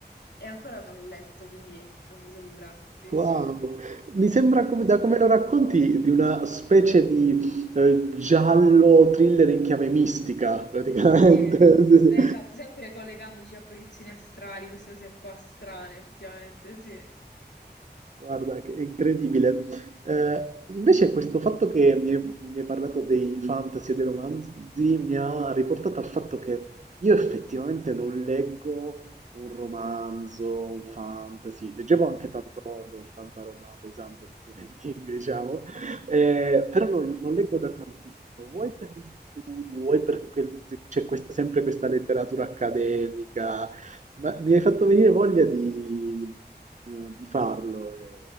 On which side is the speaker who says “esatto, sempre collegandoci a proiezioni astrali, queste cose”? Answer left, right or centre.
Left